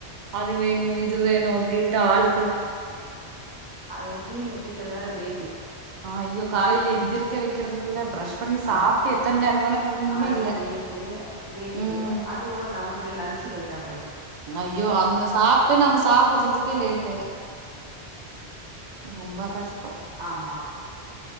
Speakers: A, on the right; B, on the right.
A: அது வேணு இது வேணு அப்டின்ட்டு ஆள்
B: அது தூங்கி எந்திக்கிறது வேற லேட் த்து
A: ஆ ஐயோ காலைல எந்திரிக்க வைக்கிறதுக்குள்ள பிரஷ் பண்ணி சாப்ட்டு
B: ஆமா
A: எத்தன் நேர வேணா தூங்குன்னு
B: அது
A: இல்ல
B: லேட்டு லேட்டு
A: ம்
B: அதுக்கப்புறோ நம்மளுடய லன்ச்சு லேட்டாகு
A: ஐயோ அதுங்க சாப்ட்டு நம்ம சாப்புடுறதுக்கே லேட்டு ரொம்ப கஷ்டோ
B: ஆமா